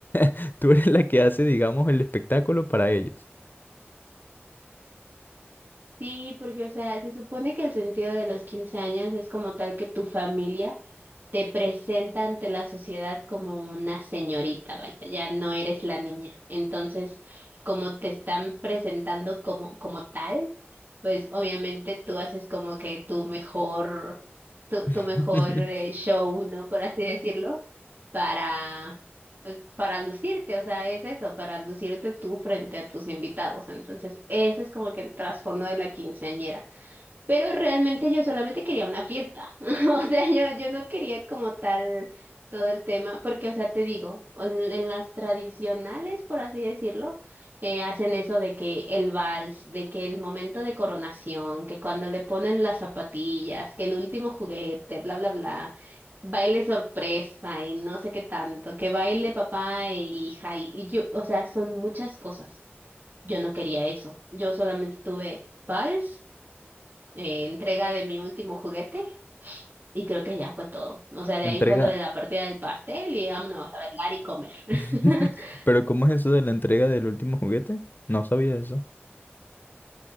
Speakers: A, on the left (about 45°); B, on the right (about 45°).
A: <laughs> Tú eres la que hace, digamos, el espectáculo para ellos.
B: Sí, porque, o sea, se supone que el sentido de los 15 años es como tal que tu familia te presenta ante la sociedad como una señorita, vaya, ya no eres la niña. Entonces, como te están presentando como, como tal, pues obviamente tú haces como que tu mejor, tu,
A: <laughs>
B: tu mejor eh, show, ¿no? Por así decirlo, para, pues, para lucirte, o sea, es eso, para lucirte tú frente a tus invitados. Entonces, ese es como que el trasfondo de la quinceañera. Pero realmente yo solamente quería una fiesta. <laughs> O sea, yo, yo no quería como tal todo el tema, porque, o sea, te digo, en, en las tradicionales, por así decirlo, eh, hacen eso de que el vals, de que el momento de coronación, que cuando le ponen las zapatillas, que el último juguete, bla, bla, bla, baile sorpresa y no sé qué tanto, que baile papá e hija y, y yo, o sea, son muchas cosas. Yo no quería eso. Yo solamente tuve vals eh, entrega de mi último juguete y creo que ya fue todo. O sea, de
A: La
B: ahí
A: entrega.
B: fue lo de la partida del pastel y vámonos a bailar y comer. <laughs>
A: <laughs> Pero ¿cómo es eso de la entrega del último juguete? No sabía eso.